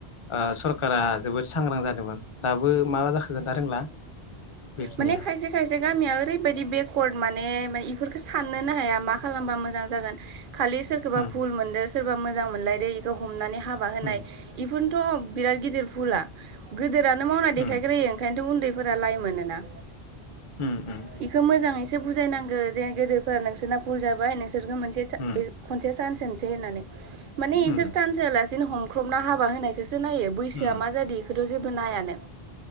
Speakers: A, on the left (about 35°); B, on the right (about 60°).
A: ओ सरकारा जोबोद सांग्रां जादोंमोन दाबो मा जाखो <unintelligible> खोनथा रोंला बेखिनिया
B: माने खायसे खायसे गामिया ओरैबायाददि बेकवार्ड मानेे बेफोर साननोनो हाया मा खालामबा मोजां जागोन खालि सोरखौबा
A: उम
B: भुल मोनदों सोरबा मोजां मोनलायदो बेखौ हमनानै हाबा होनाय
A: उम
B: बेफोर थ' बिराथ गिदिर फुला गो मावनाय देखाग्रोयो
A: उम
B: ओंखनोथ' उन्दै फोरा लाइ मोनोना
A: उम उम
B: बेखौ मोजाङैसो बुजायनांगो जे गेदेरफोरा नोंसोरना भुल जाबाय नोंसोर बिसोरखो मोनसे
A: उम
B: खनसे सान सोंसै होननानै मान इसोर
A: उम
B: चानस होआलासेनो हमख्रबना हाबा होनायखोसो नायो
A: उम
B: बैसोआ मा जादो जेबो नायानो